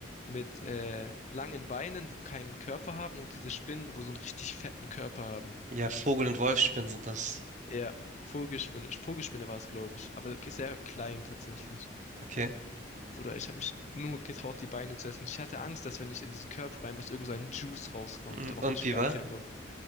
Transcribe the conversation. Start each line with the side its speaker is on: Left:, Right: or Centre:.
Left: mit äh, langen Beinen, wo keinen Körper haben und diese Spinnen, wo so einen richtig fetten Körper haben.
Right: Ja, Vogel- und Wolfsspinnen sind das.
Left: Ja, Vogelspinne, Vogelspinne war es, glaube ich, aber sehr klein tatsächlich.
Right: Okay.
Left: Bruder, ich habe mich nur getraut, die Beine zu essen. Ich hatte Angst, dass wenn ich in diesen Körper rein, was irgend so ein Juice rauskommt.
Right: Und
Left: Darauf
Right: und
Left: hatte ich
Right: wie
Left: gar
Right: war?
Left: keinen Bock.